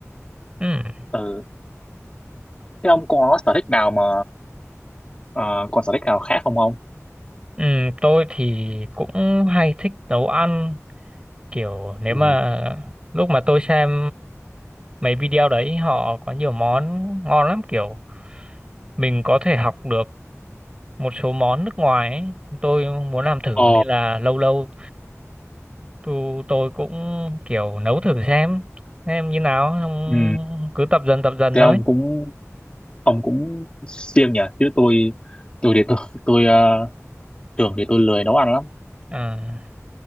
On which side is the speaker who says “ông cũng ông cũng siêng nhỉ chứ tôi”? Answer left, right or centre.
Left